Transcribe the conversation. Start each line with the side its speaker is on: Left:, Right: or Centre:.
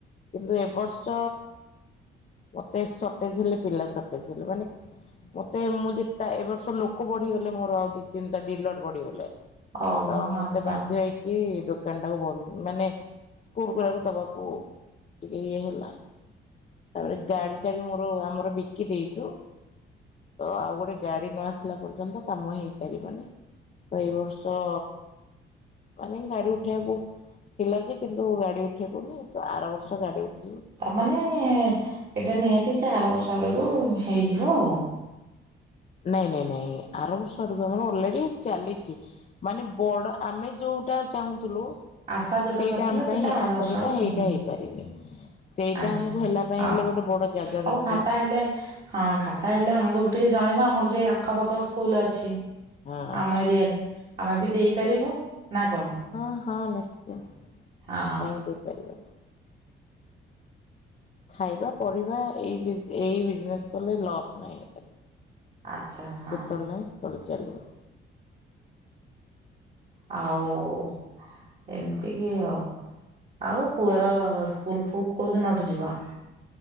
Left: କିନ୍ତୁ ଏଇ ବର୍ଷ ମତେ ସଟେଜ ହେଲେ, ପିଲା ସଟେଜ ହେଲେ, ମାନେ ମତେ ମୁଁ ଯେତେ ଏବ ବର୍ଷ ଲୋକ ବଢିଗଲେ ମୋର, ଆଉ ଦି ତିନିଟା ଡିଲର ବଢିଗଲେ।
Right: ଓହୋ
Left: ତ ମତେ
Right: ଆଚ୍ଛା
Left: ବାଧ୍ୟ ହେଇକି ଦୋ କାନଟାକୁ ବନ୍ଧ, ମାନେ ସ୍କୁଲ ଗୁଡାକୁ ଦବାକୁ ଟିକେ ଇଏ ହେଲା। ତାପରେ ଗାଡିଟା ବି ମୋର ଆମର ବିକି ଦେଇଛୁ। ତ ଆଉ ଗୋଟେ ଗାଡି ନ ଆସି ଲା ପର୍ଯ୍ୟନ୍ତ କାମ ହେଇପାରିବନି। ତ ଏଇ ବର୍ଷ ମାନେ ଗାଡି ଉଠେଇବାକୁ ଥିଲା ଯେ, କିନ୍ତୁ ଗାଡି ଉଠେଇଲୁନି, ତ ଆର ବର୍ଷ ଗାଡି ଉଠେଇ
Right: ତା ମାନେ ଏଟା ନିହାତି ସେ ଆର ବର୍ଷ ଆଡକୁ ହେଇଯିବ ଆଉ।
Left: ନାଇଁ ନାଇଁ ନାଇଁ ଆର ବର୍ଷ ଆଡକୁ ଆମର ଅଲରେଡି ଚାଲିଛି। ମାନେ ବଡ ଆମେ ଯୋଉଟା ଚାହୁଁଥିଲୁ
Right: ଆଶା ଯୋଉଟା
Left: ସେଇଟା
Right: କରିଥିଲା
Left: ଆମ
Right: ସେଟା
Left: ପାଇଁ
Right: ଆର
Left: ଆଶା
Right: ବର୍ଷ
Left: ଯୋଉଟା,
Right: ଆଡୁ ଆଉ
Left: ହେଇଟା
Right: ହଁ
Left: ହେଇପାରିନି। ସେଇଟା
Right: ଆଚ୍ଛା
Left: ଆମକୁ ହେଲା ପାଇଁ
Right: ହଉ
Left: ହେଲେ, ଗୋଟେ ବଡ ଜାଗା
Right: ହଉ
Left: ଦରକାର।
Right: ଖାତା ହେଲେ ହଁ ଖାତା ହେଲେ ଆମକୁ ବି ଟିକେ ଜଣେଇବ, ଆମର ଯୋଉ ଏଇ ଆଖପାଖ ସ୍କୁଲ ଅଛି।
Left: ହଁ
Right: ଆମ
Left: ହଁ
Right: ଏରିଆରେ, ଆମେ ବି ଦେଇପାରିବୁ। ନା କଣ?
Left: ହଁ ହଁ ନିଶ୍ଚିନ୍ତ। କାହିଁକି
Right: ହଁ
Left: ଦେଇପାରିବୁନି? ଖାଇବା ପଢ଼ିବା, ଏଇ ବିଜ୍ ଏଇ ବିଜନେସ୍ କଲେ ଲସ୍ ନାହିଁ ଏତେ। ଯେତେବେଳେ
Right: ଆଚ୍ଛା ହଁ।
Left: ନାହିଁ ସେତବେଳେ ଚାଲିବ।
Right: ଆଉ ଏମିତି କି ଆଉ। ଆଉ ପୁଅର ସ୍କୁଲ ଫୁଲ କୋଉ ଦିନଠୁ ଯିବ?